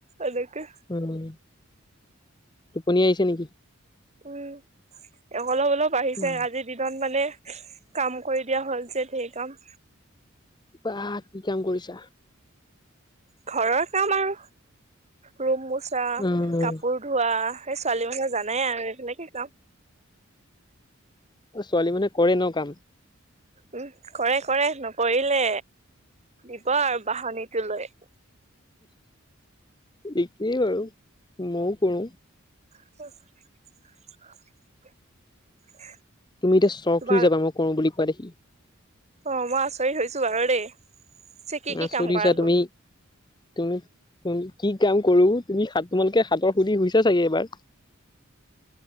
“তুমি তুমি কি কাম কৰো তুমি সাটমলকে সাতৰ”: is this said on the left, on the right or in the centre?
Left